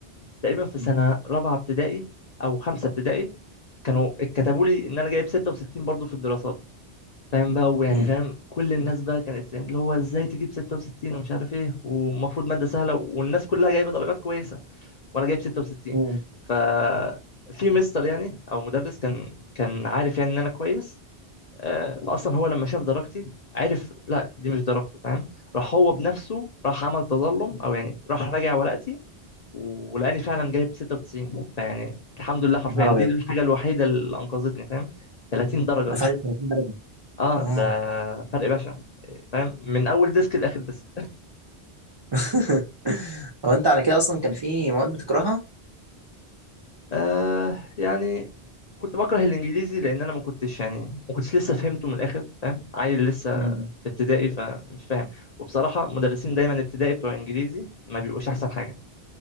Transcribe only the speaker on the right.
مم.
مم.
مم.
نهار
ابيض
ده فرق 30 درجه
اه
<laughs> هو انت على كده اصلا كان في مواد بتكرهها؟
مم.